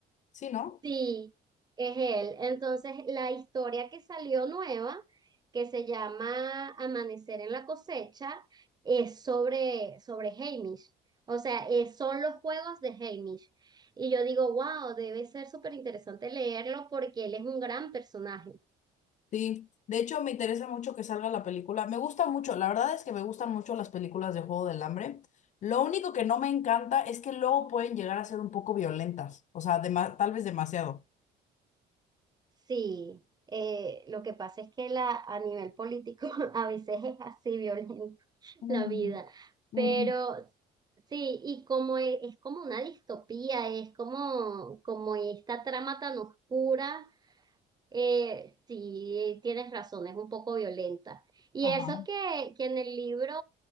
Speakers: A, on the left (about 45°); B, on the right (about 25°).
A: sí, ¿no?
B: Sí, es él. Entonces, la historia que salió nueva, que se llama Amanecer en la cosecha, es sobre, sobre Hamish. O sea, es- son los juegos de Hamish. Y yo digo, wow, debe ser súper interesante leerlo porque él es un gran personaje.
A: Sí. De hecho, me interesa mucho que salga la película. Me gusta mucho, la verdad es que me gustan mucho las películas de Juego del Hambre. Lo único que no me encanta es que luego pueden llegar a ser un poco violentas, o sea, dema- tal vez demasiado.
B: Sí, eh, lo que pasa es que la, a nivel político <laughs> a veces es así violenta <laughs>
A: Mm,
B: la vida, pero
A: mm,
B: sí, y como e- es, como una distopía, es como, como esta trama tan oscura eh, sí, tienes razón, es un poco violenta. Y
A: Ajá.
B: eso que, que en el libro